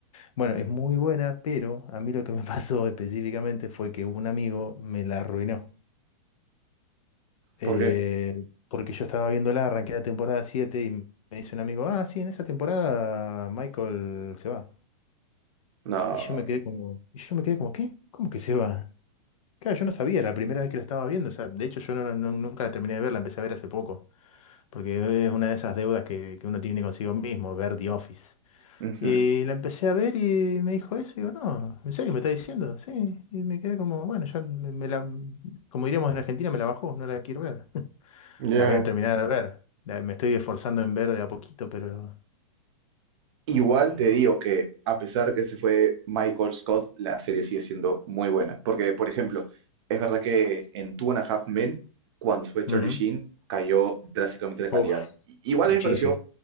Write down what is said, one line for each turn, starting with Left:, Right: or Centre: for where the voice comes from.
Left: bueno, es muy buena, pero a mí lo que me <laughs> pasó específicamente fue que un amigo me la arruinó. Eh,
Right: ¿Por qué?
Left: porque yo estaba viéndola, arranqué la temporada 7 y me dice un amigo, ah, sí, en esa temporada Michael se va.
Right: No.
Left: Y yo me quedé como, y yo me quedé como, ¿qué? ¿Cómo que se va? Claro, yo no sabía, la primera vez que la estaba viendo, o sea, de hecho yo no, no- nunca la terminé de ver, la empecé a ver hace poco, porque es una de esas deudas que, que uno tiene consigo mismo, ver The Office.
Right: ujú.
Left: Y la empecé a ver y me dijo eso. Y digo, no, ¿en serio me está diciendo? Sí. Y me quedé como, bueno, ya me, me la, como diríamos en Argentina, me la bajó, no la quiero ver. <laughs>
Right: Ya,
Left: La voy a terminar de ver. La- me estoy esforzando en ver de a poquito, pero...
Right: Igual te digo que a pesar que se fue Michael Scott, la serie sigue siendo muy buena. Porque, por ejemplo, es verdad que en Two and a Half Men, cuando se fue Charlie
Left: Ujú.
Right: Sheen, cayó drásticamente la
Left: Uf,
Right: calidad. I- Igual
Left: muchísimo.
Right: a mí me pareció